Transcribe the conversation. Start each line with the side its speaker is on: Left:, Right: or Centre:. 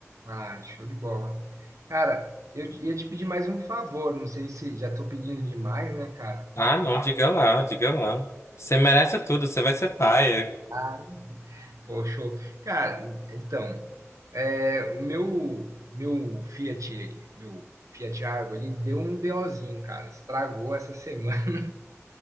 Right: Ah, show de bola. Cara, eu te- ia te pedir mais um favor, não sei se já tô pedindo demais, né, cara?
Left: Ah, não, diga lá, diga lá. Você merece tudo, você vai ser pai.
Right: Ah, Pô, show. Cara, então, é, o meu, meu Fiat, meu Fiat Argo ali deu um BOzinho, cara. Estragou essa semana.